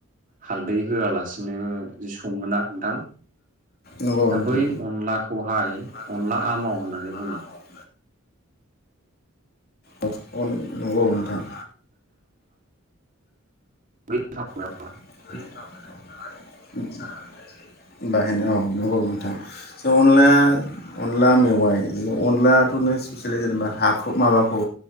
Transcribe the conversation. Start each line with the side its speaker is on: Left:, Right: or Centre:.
Right: हालदै होआलासिनो जि सङोना नोंथां
Left: नंगौ
Right: दा
Left: नोंथां
Right: बै अनलाखौहाय
Left: <inaudible>
Right: अनला आमाव होननानै बुङो
Left: अह अह नंगौ नोंथां।
Right: <inaudible>
Left: <unintelligible> बाहायनाय औ नंगौ नोंथां जे अनला अनला मेवाइ अनलाथ' न स्पेसेेलि जेनेबा हाखौ माबाखौ